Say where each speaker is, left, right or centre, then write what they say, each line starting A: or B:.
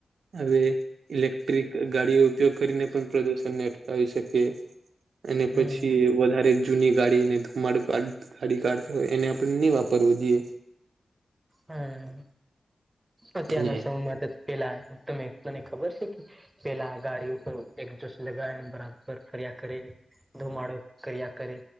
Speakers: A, on the right (about 85°); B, on the right (about 20°).
A: હવે ઇલેક્ટ્રિક ગાડીઓ ઉપયોગ કરીને પણ પ્રદુષણને અટકાવી શકીયે. અને
B: હમ
A: પછી વધારે જૂની ગાડી ને ધુમાડો ગાડી કાઢતી હોય એને આપણે નહી વાપરવું જોઈએ.
B: હમ્મ અત્યારના
A: અને
B: સમયમાં તો પેલા તમે મને ખબર છે કે પેલા ગાડી ઉપર એક જોશ લગાવ ને બરાબર ફરિયા કરી ધુમાડો કર્યા કરે